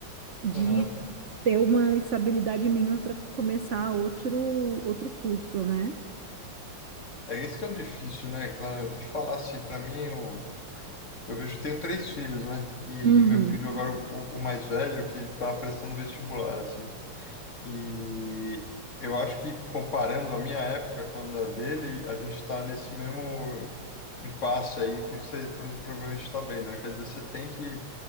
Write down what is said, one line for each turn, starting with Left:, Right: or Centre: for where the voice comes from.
Right: de
Left: Aham.
Right: ter uma estabilidade mínima para começar outro outro curso, né?
Left: É esse que é o difícil, né? Claro, eu vou te falar assim, para mim, eu, eu vejo, tenho três filhos, né? E
Right: Uhum,
Left: meu filho agora, o, o mais velho, que ele tá prestando vestibular, assim. E eu acho que comparando a minha época com a dele, a gente está nesse mesmo impasse aí que você pro- provavelmente está vendo, né? Quer dizer, você tem que,